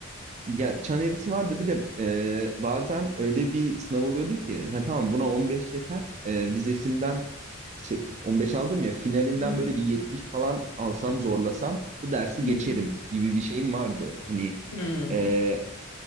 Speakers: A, on the right; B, on the left.
A: Ya çan eğrisi vardı bir de e, bazen öyle bir sınav oluyordu ki ha tamam buna 15 yeter E, vizesinden şey 15 aldım ya finalinden
B: Hı hı.
A: böyle bir 70 falan alsam zorlasam bu dersi
B: hı.
A: geçerim gibi bir şeyim vardı. Hani
B: Hmm,
A: e,